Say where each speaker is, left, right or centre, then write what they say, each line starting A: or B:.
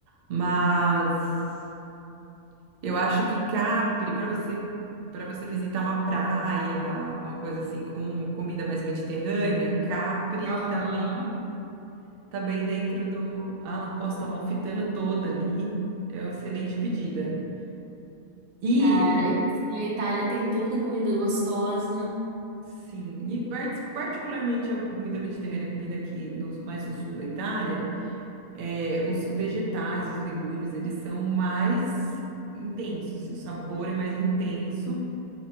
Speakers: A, on the right; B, on the right.
A: Mas eu acho que Capri, para você para você visitar uma praia, alguma coisa assim com comida mais mediterrânea, Capri
B: Aham.
A: tá bem, tá bem dentro do ah, a Costa Amalfitana toda ali. É uma excelente pedida. E
B: Cara, e assim, a Itália tem tanta comida gostosa.
A: sim, e parti- particularmente a comida mediterrânea, comida aqui no, mais no sul da Itália, é, os vegetais, os legumes, eles são mais intensos, assim, o sabor é mais intenso.